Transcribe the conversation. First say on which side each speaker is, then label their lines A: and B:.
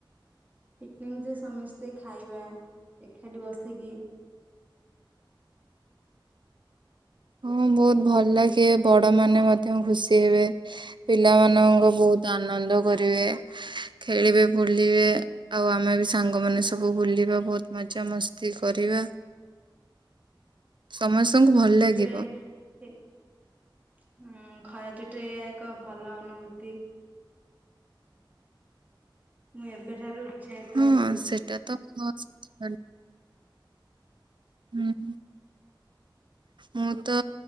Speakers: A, on the right; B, on the right.
A: ପିକ୍‌ନିକରେ ସମେସ୍ତେ ଖାଇବା ଏଖାଟି ବସିକି
B: ହଁ ବହୁତ ଭଲଲାଗେ ବଡମାନେ ମଧ୍ୟ ଖୁସିହେବେ ପିଲାମାନଙ୍କ ବହୁତ ତ ଆନନ୍ଦ କରିବେ ଖେଳିବେ ବୁଲିବେ ଆଉ ଆମେ ବି ସାଙ୍ଗମାନେ ସବୁ ବୁଲିବା ଭଉତ ମଜାମସ୍ତି କରିବା। ସମସ୍ତଙ୍କୁ ଭଲ ଲାଗେ।
A: ସେ, ସେ ହୁଁ, ଖରାଛୁଟି ରେ ଏହା ଏକ ଭଲ ଅନୁଭୂତି। ମୁଁ ଏବେଠାରୁ ଉତ୍ସାହିତ
B: ହଁ
A: ହେଲିଣିି।
B: <unintelligible> ହୁଁ, ମୁଁ ତ